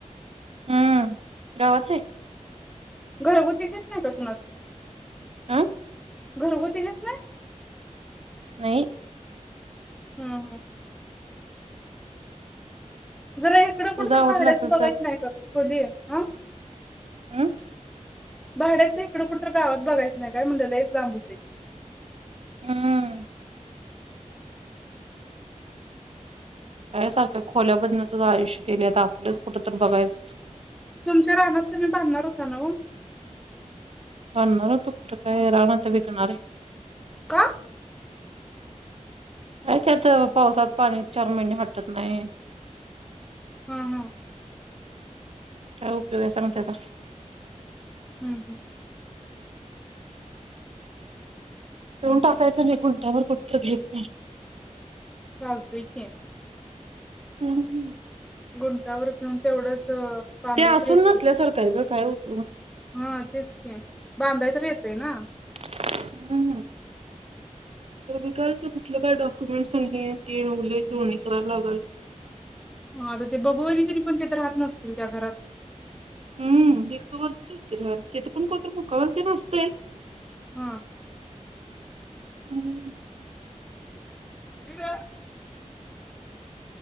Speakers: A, on the right; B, in the centre.
A: हम्म गावात नाही
B: घरगुतीच घेत नाही काय कुणाच
A: अं
B: घरगुती नेत नाही
A: नाही
B: हम्म हम्म जरा इकडं पण
A: तुझा
B: च
A: आवरला
B: भाड्याचं
A: असेल
B: बघायच नाही का ग खोली अ
A: अम
B: भाड्याच इकडं कुठ तर गावात बघायचं नाही काय म्हंडल लईच लांब
A: हम्म.. का सारख्या खोल्या बदण्याचं आयुष्य केले आपलंच कुठं तर बघायस
B: तुमच्या रानातत तुम्ही बांधणार होता नव्ह
A: बांधणार होतो कुठ? काय? रान आता विकणार आहे
B: का?
A: नाही त्यात पावसात पाणी चार महिने हटत नाही
B: हम्म हम्म
A: काय उपयोग आहे सांग त्याचा
B: हम्म हम्म
A: देऊन टाकायचं आणि गुंठाबर कुठतरी घ्यायच
B: चालतय की
A: हम्म हम्
B: गुंठावर म्हन तेवढंच बांधाय
A: ते असून
B: तर येतल
A: नसल्यासारखं आहे ग काय? उप
B: हा तेच की बांधायच येत आहे ना
A: <unintelligible> हम्म हम्म तर विकायला तर कुठलं? काय? डॉक्युमेंट्स आणि हे आणि ते लय जुळणी कराला लागलाय
B: हा तर ते बघूवयनी तरी पण तेथ राहत नसतील त्या घरात
A: हम् वट वरतीच हायत राहायलि तिथे पण कोत मुक्कामला तेण असतय
B: हा
A: हम्म
B: इथ